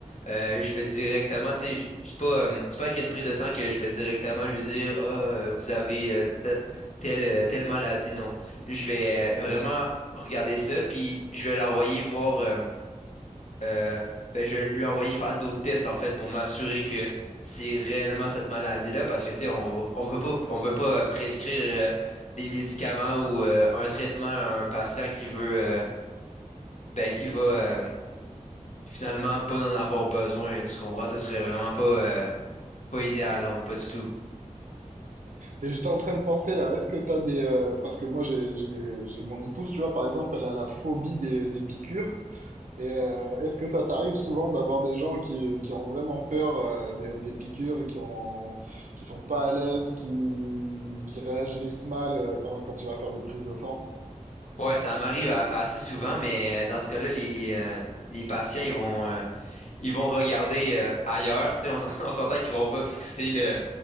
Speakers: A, on the left (about 65°); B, on the right (about 80°).
A: euh, je vais directement, tu sais, je- c'est pas, euh, c'est pas avec une prise de sang que je vais directement lui dire, ah, euh, vous avez euh, te- telle, euh, telle maladie. Non, je vais euh, vraiment regarder ça, puis je vais l'envoyer voir. euh, euh, ben, je lui ai envoyé faire d'autres tests, en fait, pour m'assurer que c'est réellement cette maladie-là, parce que, tu sais, on, on veut pas, on veut pas euh, prescrire euh, des médicaments ou euh, un traitement à un patient qui veut, euh, ben, qui va euh, finalement pas en avoir besoin, tu comprends? Ce serait vraiment pas, euh, pas idéal, non, pas du tout.
B: Et j'étais en train de penser, là, est-ce que t'as des... euh, parce que moi, j'ai, j'ai, j'ai mon épouse, tu vois, par exemple, elle a la phobie des, des piqûres. Et euh, est-ce que ça t'arrive souvent d'avoir des gens qui, qui ont vraiment peur euh, des, des piqûres et qui ont, qui sont pas à l'aise, qui, qui réagissent mal euh, quand, quand tu vas faire des prises de sang?
A: Ouais, ça m'arrive a- assez souvent, mais euh, dans ce cas-là, les, euh, les patients, ils vont, euh, ils vont regarder euh, ailleurs, tu sais, on s'en- <laughs> on s'entend qu'ils vont pas fixer le,